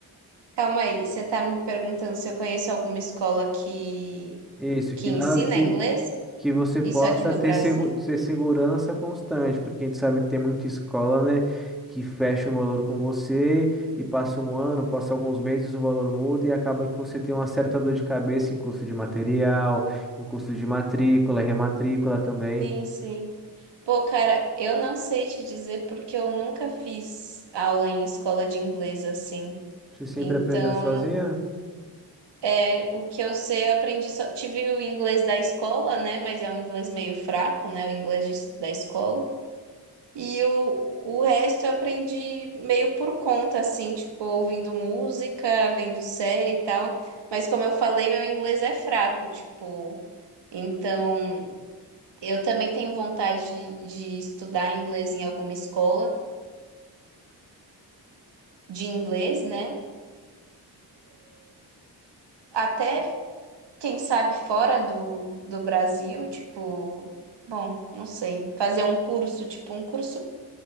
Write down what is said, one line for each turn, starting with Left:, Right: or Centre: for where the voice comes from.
Right: Calma aí, você tá me perguntando se eu conheço alguma escola que
Centre: Isso,
Right: que
Centre: que
Right: ensina
Centre: nada que
Right: inglês?
Centre: que você possa
Right: Isso aqui no
Centre: ter,
Right: Brasil?
Centre: segu- ter segurança constante, porque a gente sabe que tem muita escola, né, que fecha um valor com você e passa um ano, passa alguns meses, o valor muda e acaba que você tem uma certa dor de cabeça em custo de material, em custo de matrícula, rematrícula também.
Right: Sim, sim. Pô, cara, eu não sei te dizer porque eu nunca fiz aula em escola de inglês assim.
Centre: Você sempre
Right: Então,
Centre: aprendeu sozinha?
Right: é, o que eu sei, eu aprendi só. Tive o inglês da escola, né? Mas é um inglês meio fraco, né? O inglês de- da escola. E o, o resto eu aprendi meio por conta, assim, tipo, ouvindo música, vendo série e tal. Mas como eu falei, meu inglês é fraco, tipo. Então, eu também tenho vontade de de estudar inglês em alguma escola. de inglês, né? Até, quem sabe, fora do, do Brasil, tipo, bom, não sei, fazer um curso, tipo, um curso,